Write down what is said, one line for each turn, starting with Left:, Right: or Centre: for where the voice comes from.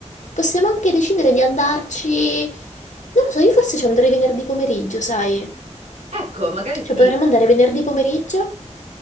Left: Possiamo anche decidere di andarci. Non lo so, io forse ci andrei venerdì pomeriggio, sai?
Right: Ecco, magari
Left: Cioè,
Right: sì,
Left: potremmo andare venerdì pomeriggio?